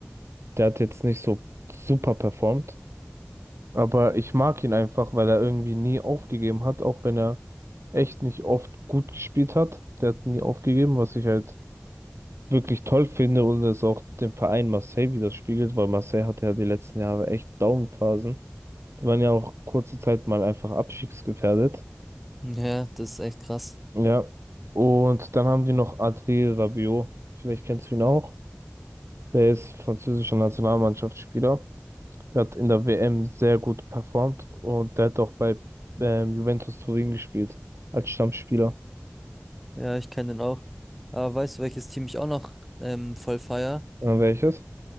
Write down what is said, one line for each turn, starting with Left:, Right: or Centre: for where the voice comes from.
Right: Der hat jetzt nicht so super performt, aber ich mag ihn einfach, weil er irgendwie nie aufgegeben hat, auch wenn er echt nicht oft gut gespielt hat. Der hat nie aufgegeben, was ich halt wirklich toll finde und es auch dem Verein Marseille widerspiegelt, weil Marseille hatte ja die letzten Jahre echt Downphasen. Die waren ja auch kurze Zeit mal einfach abstiegsgefährdet.
Centre: Ja, das ist echt krass.
Right: Ja, und dann haben die noch Adrien Rabiot, vielleicht kennst du ihn auch. Der ist französischer Nationalmannschaftsspieler. Der hat in der WM sehr gut performt und der hat auch bei ähm, Juventus Turin gespielt als Stammspieler.
Centre: Ja, ich kenne den auch. Aber weißt du, welches Team ich auch noch ähm, voll feier?
Right: Äh, welches?